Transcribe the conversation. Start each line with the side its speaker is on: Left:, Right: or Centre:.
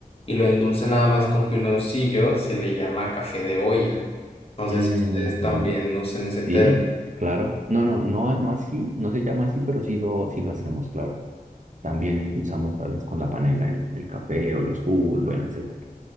Left: y lo endulza nada más con piloncillo, se le llama café de olla. No sé
Right: Ujú,
Left: si ustedes también usen ese término.
Right: Sí, claro. No, no, no, no así, no se llama así, pero sí lo, sí lo hacemos, claro. También endulzamos a veces con la panela el, el café o los jugos, bueno, etcétera.